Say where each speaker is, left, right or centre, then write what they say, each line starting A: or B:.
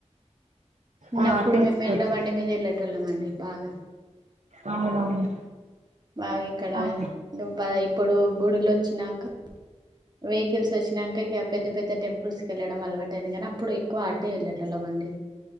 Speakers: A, on the right (about 35°); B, on the right (about 70°).
A: చిన్నప్పుడు
B: ఆ తెలుసు
A: మేము
B: తెలుసు
A: ఎడ్ల బండి మీద వెళ్లేటోళ్లమండి బాగా
B: అవునవును
A: బాగా ఇక్కడ
B: ఆహా!
A: బ ఇప్పుడు గుడులు వచ్చినాక వే కలిసి వచ్చినాక ఇక పెద్ద పెద్ద టెంపుల్స్ వెళ్ళడం అలవాటయింది కానీ అప్పుడు ఎక్కువ ఆటే వెళ్లేటోళ్ళమండి